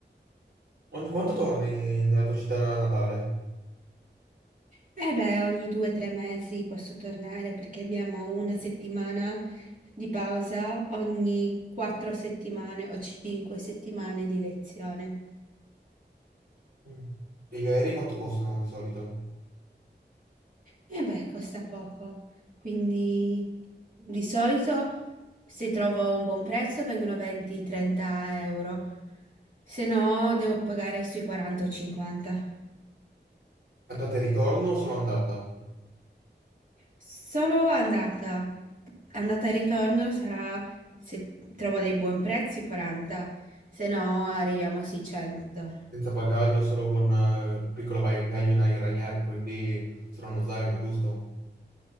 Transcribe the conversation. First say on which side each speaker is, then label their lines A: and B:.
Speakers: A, on the right; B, on the right.
A: Ogni quanto torni nella tua città natale?
B: E beh, ogni due o tre mesi posso tornare perché abbiamo una settimana di pausa ogni quattro settimane o cinque settimane di lezione.
A: Mm. Gli aerei quanto costano di solito?
B: E beh, costa poco. Quindi di solito se trovo un buon prezzo vengono 20-30 euro. Se no, devo pagare sui 40 o 50.
A: Andata e ritorno, solo andata,
B: Solo andata. Andata e ritorno sarà, se trovo dei buoni prezzi, 40. Se no, arriviamo sui 100.
A: senza bagaglio, solo con eh, il piccolo bagaglio in Ryanair, quindi solo uno zaino, giusto?